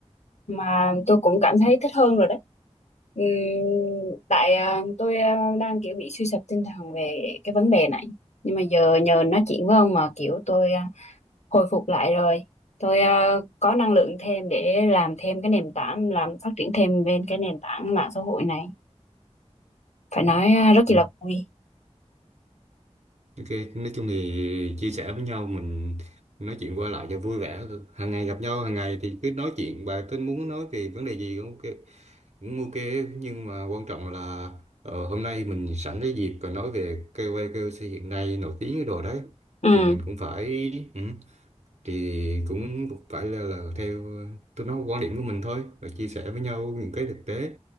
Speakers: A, on the left (about 70°); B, on the right (about 70°).
A: mà tôi cũng cảm thấy thích hơn rồi đấy Ừm, tại à, tôi à, đang kiểu bị suy sụp tinh thần về cái vấn đề này nhưng mà giờ nhờ nói chuyện với ông mà kiểu tôi à, hồi phục lại rồi tôi à, có năng lượng thêm để làm thêm cái nền tảng làm phát triển thêm bên cái nền tảng mạng xã hội này phải nói à, rất
B: ừ.
A: là vui
B: ok nói chung thì chia sẻ với nhau mình nói chuyện qua lại cho vui vẻ hàng ngày gặp nhau hàng ngày thì cứ nói chuyện bà tính muốn nói về vấn đề gì cũng ok cũng ok nhưng mà quan trọng là ờ, hôm nay mình sẵn cái dịp và nói về KOL KOC hiện nay nổi tiếng cái đồ đấy
A: ừ
B: thì mình cũng phải ừ. thì cũng phải là, là theo tôi nói quan điểm của mình thôi và chia sẻ với nhau những cái thực tế